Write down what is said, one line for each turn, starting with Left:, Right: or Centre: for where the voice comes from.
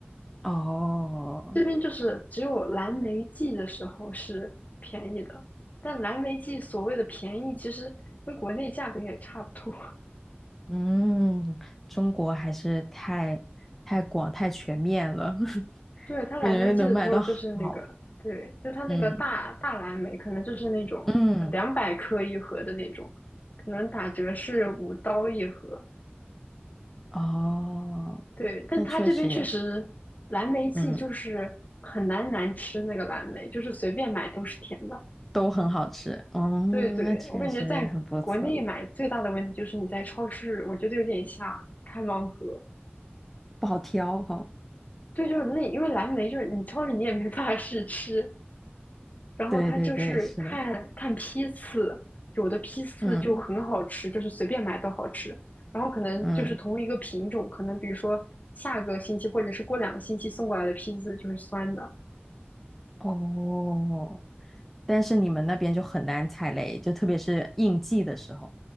Centre: 哦，
Left: 这边就是只有蓝莓季的时候是便宜的，但蓝莓季所谓的便宜，其实跟国内价格也差不多。
Centre: 嗯，中国还是太太广太全面了，<laughs>
Left: 对，它蓝莓季的时候就是那个，
Centre: 感觉能买到好。
Left: 对，就它那个大大蓝莓，
Centre: 嗯
Left: 可能就是那种呃两百克一盒的那种，
Centre: 嗯，
Left: 可能打折是五刀一盒。
Centre: 哦，
Left: 对，但它这边确实蓝莓季就是很难难吃那个蓝莓，
Centre: 那确实也，嗯，
Left: 就是随便买都是甜的。
Centre: 都很好吃。嗯，
Left: 对对，
Centre: 那确实也很不错，
Left: 我感觉在国内买最大的问题就是你在超市，我觉得有点像开盲盒。
Centre: 不好挑哈。
Left: 对，就是那因为蓝莓就是你超市你也没办法试吃，然后它就是看看批次，
Centre: 对对对，是的。
Left: 有的批次就很好吃，
Centre: 嗯
Left: 就是随便买都好吃。然后可能就是同一个品种，
Centre: 嗯，
Left: 可能比如说下个星期或者是过两个星期送过来的批次就是酸的。
Centre: 哦，但是你们那边就很难踩雷，就特别是应季的时候，